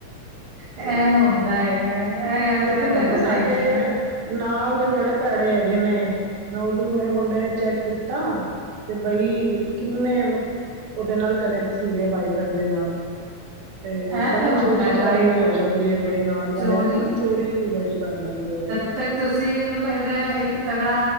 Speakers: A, on the right; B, on the right.
A: ਤੇ
B: ਇਹ ਹੁੰਦਾ ਹੈਗਾ ਇਹ ਗੱਲ ਤੇ
A: ਲੇਕਿਨ
B: ਮੈਂ ਸਹਿਮਤ
A: ਪਤਾ ਸਾਡੇ
B: ਹੈਗੀ ਹਾਂ
A: ਨਾਲ ਦੇ ਬੜੇ ਭੈੜੇ ਹੈਗੇ ਨੇ ਮੈਂ ਉਸ ਦਿਨ ਮੇਰੇ ਮੁੰਡੇ ਨੇ ਚੈੱਕ ਕੀਤਾ ਤੇ ਬਈ ਕਿੰਨੇ ਉਹਦੇ ਨਾਲ ਕਨੈਕਟ ਸੀਗੇ ਵਾਈਫਾਈ ਦੇ ਨਾਲ ਤੇ
B: ਇਹ
A: ਬੜਾ
B: ਤੇ ਹੁੰਦਾ
A: ਚੋਰੀ
B: ਹੈ ਵਾਈਫਾਈ
A: ਚਾਰੀ ਵੀ ਹੋ ਜਾਂਦੀ ਹੈ ਬੜੀ ਨਾਲ
B: ਚੋਰੀ
A: ਵਾਲੇ ਦੇ ਨਾ ਚੋਰੀ ਵੀ ਬੜੀ ਕਰ ਲੈਂਦੇ ਆ
B: ਤੇ ਤੁਸੀਂ ਮਤਲਬ ਇਹਦਾ ਇੱਕ ਤਗੜਾ